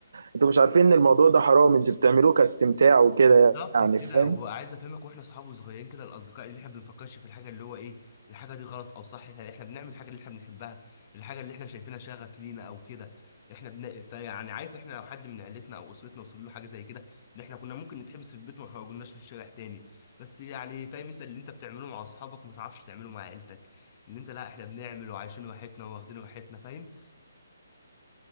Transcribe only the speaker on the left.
بالظبط
كده
وعايز افهمك واحنا صحاب وصغيرين كده الاصدقاء اللي احنا بنفكرش في الحاجه اللي هو ايه الحاجه دي غلط او صح احنا احنا بنعمل الحاجه اللي احنا بنحبها الحاجه اللي احنا شايفينها شغف لينا او كده احنا بن... فيعني عارف احنا لو حد من عيلتنا او اسرتنا وصل له حاجه زي كده ان احنا كنا ممكن نتحبس في البيت وما خرجناش في الشارع تاني بس يعني فاهم انت اللي انت بتعمله مع اصحابك ما تعرفش تعمله مع عيلتك اللي انت لا احنا بنعمل وعايشين راحتنا واخدين راحتنا فاهم